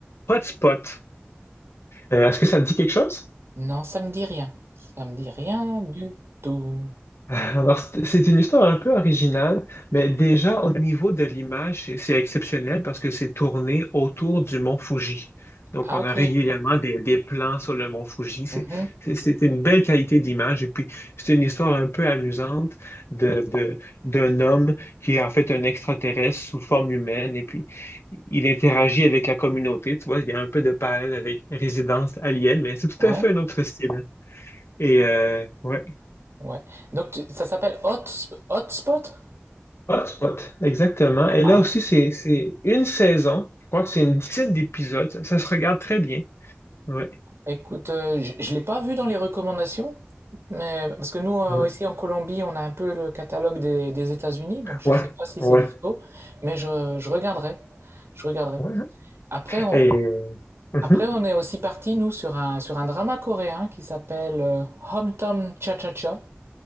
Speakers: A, on the left; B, on the right.
A: Hotspot. Euh, est-ce que ça te dit quelque chose?
B: Non, ça me dit rien. Ça me dit rien du tout.
A: <laughs> Alors, c'est c'est une histoire un peu originale, mais déjà au niveau de l'image, c'est c'est exceptionnel parce que c'est tourné autour du mont Fuji. Donc,
B: Ah
A: on
B: ok.
A: a régulièrement des, des plans sur le mont Fuji. C'est
B: Mhm.
A: c'est- c'est une belle qualité d'image. Et puis, c'est une histoire un peu amusante de, de- d'un homme qui est en fait un extraterrestre sous forme humaine. Et puis, il interagit avec la communauté. Tu vois, il y a un peu de parallèle avec Résidence Alien, mais c'est tout
B: Ouais.
A: à fait un autre style. Et euh, ouais.
B: Ouais. Donc tu- ça s'appelle Hot, Hotspot?
A: Hotspot, exactement. Et
B: Ah,
A: là aussi, c'est, c'est une saison. Je crois que c'est une dizaine d'épisodes. Ça, ça se regarde très bien. Ouais.
B: écoute, euh, je, je l'ai pas vu dans les recommandations, mais parce que nous euh,
A: Ouais.
B: ici en Colombie, on a un peu le catalogue des, des États-Unis, donc je
A: Ouais.
B: sais pas si
A: Ouais.
B: c'est dispo, mais je, je regarderai, je regarderai.
A: Ouais.
B: Après on,
A: Et... euh, mhm.
B: après on est aussi parti nous sur un sur un drama coréen qui s'appelle euh, Hom Tom Cha Cha Cha.